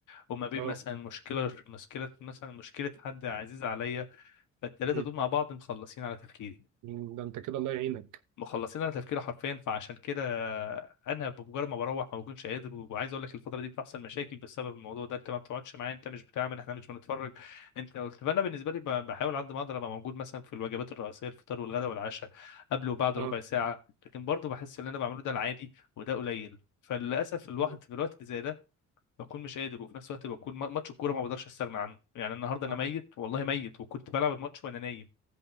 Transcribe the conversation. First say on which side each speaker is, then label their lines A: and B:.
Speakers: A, on the left; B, on the right.
A: وما بين
B: اه
A: مثلا مشكلة مشكلة مثلا مشكلة حد عزيز عليا فالتلاتة
B: مم.
A: دول مع بعض مخلصين على تفكيري
B: مم. ده انت كده الله يعينك
A: مخلصين على تفكيري حرفيا فعشان كده انا بمجرد ما بروح ما بكونش قادر وعايز اقول لك الفتره دي بتحصل مشاكل بسبب الموضوع ده انت ما بتقعدش معايا انت مش بتعمل احنا مش بنتفرج انت قلت فانا بالنسبه لي ب- بحاول على قد ما اقدر ابقى موجود مثلا في الوجبات الرئيسيه الفطار والغداء والعشاء قبل وبعد
B: اه
A: ربع ساعه لكن برضه بحس ان اللي انا بعمله ده العادي وده قليل فللاسف الواحد
B: مم.
A: في الوقت اللي زي ده بكون مش قادر وفي نفس الوقت بكون ما- ماتش الكوره ما بقدرش استغنى عنه يعني النهارده انا
B: اه
A: ميت والله ميت وكنت بلعب الماتش وانا نايم